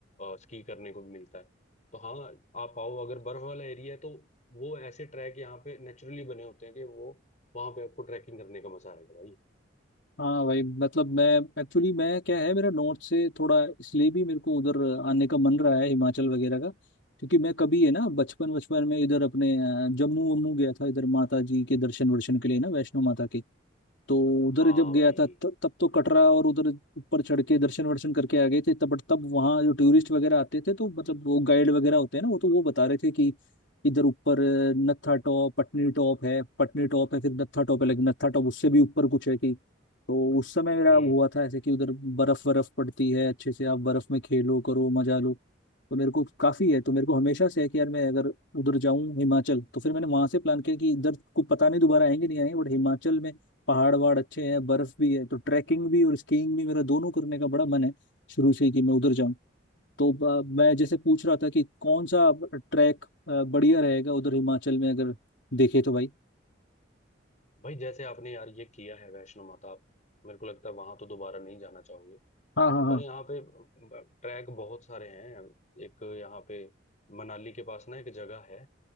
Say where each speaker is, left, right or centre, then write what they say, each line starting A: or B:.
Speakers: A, on the left (about 40°); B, on the left (about 70°).
A: स्की करने को मिलता है तो हाँ आप आओ अगर बर्फ वाला एरिया है तो वो ऐसे ट्रैक यहाँ पे नेचुरली बने होते हैं कि वो वहां पे आपको ट्रैकिंग करने का मजा आएगा भाई
B: हाँ भाई मतलब मैं एक्चुअली मैं क्या है मेरा नॉर्थ से थोड़ा इसलिए भी मेरे को उधर आने का मन रहा है हिमाचल वगैरह का क्योंकि मैं कभी है ना बचपन बचपन में इधर अपने अ, जम्मू वम्मू गया था इधर माता जी के दर्शन वर्शन के लिए ना वैष्णो माता के तो उधर
A: हाँ
B: जब गया
A: भाई
B: था त, तब तो कटरा और उधर ऊपर चढ़ के दर्शन वर्शन करके आ गए थे तब बट तब वहाँ जो टूरिस्ट वगैरह आते थे तो मतलब वो गाइड वगैरह होते हैं ना वो तो वो बता रहे थे कि इधर ऊपर अ, नत्था टॉप पटनी टॉप है पटनी टॉप है फिर नत्था टॉप है लेकिन नत्था टॉप उससे भी ऊपर कुछ है कि तो उस समय मेरा
A: हम्म
B: हुआ था ऐसे कि उधर बर्फ बर्फ पड़ती है अच्छे से आप बर्फ में खेलो करो मजा लो तो मेरे को काफी है तो मेरे को हमेशा से है कि यार मैं अगर उधर जाऊं हिमाचल तो फिर मैंने वहां से प्लान किया कि इधर को पता नहीं दोबारा आएंगे नहीं आएंगे बट हिमाचल में पहाड़ वहाड़ अच्छे हैं बर्फ भी है तो ट्रैकिंग भी और स्कीइंग भी मेरा दोनों करने का बड़ा मन है शुरू से ही कि मैं उधर जाऊं तो ब- मैं जैसे पूछ रहा था कि कौन सा ट्रैक बढ़िया रहेगा उधर हिमाचल में अगर देखे तो भाई
A: भाई जैसे आपने यार ये किया है वैष्णो माता आप मेरे को लगता है वहां तो दोबारा नहीं जाना चाहोगे
B: हाँ हाँ हाँ
A: पर यहाँ पे ट्रैक बहुत सारे हैं एक यहाँ पे मनाली के पास ना एक जगह है अ,